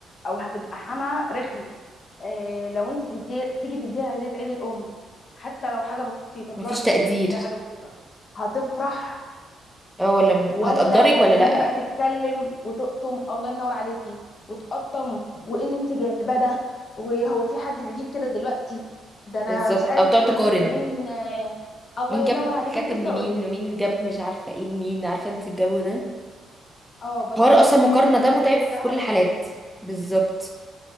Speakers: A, on the left (about 50°); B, in the centre.
A: او هتبقى حما رخم آه، لو انت تدي تيجي تديها هديه عيد الام حتى لو حاجه بسيطه
B: مفيش
A: جرب
B: تقدير
A: كده تديها حاجه بسيطه هتفرح
B: اه ولا م-
A: ولا
B: هتقدرك ولا
A: هتيجي
B: لأ
A: بقى تتكلم وتقطم الله ينور عليكي وتقطم وايه اللي انت جايباه ده وهو في حد بيجيب كده دلوقتي ده انا
B: بالظبط
A: مش عارف
B: او تقعد تقارن
A: بص مين آه، الله
B: مين
A: ينور
B: جاب
A: عليك
B: كاتم
A: كنت لسه
B: لمين
A: اقول لك
B: ومين جاب مش عارفة ايه لمين عارفة انت الجو ده
A: اه بدل
B: حوار
A: ما
B: اصلا
A: تجيبي
B: مقارنة
A: لي مثلا
B: ده متعب
A: هديه
B: في
A: ذهب
B: كل الحالات بالظبط